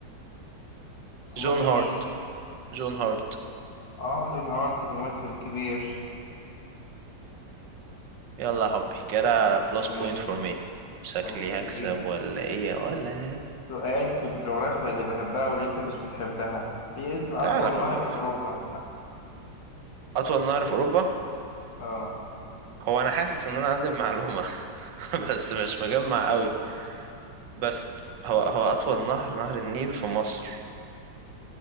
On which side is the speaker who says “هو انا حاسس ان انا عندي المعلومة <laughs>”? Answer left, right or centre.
Right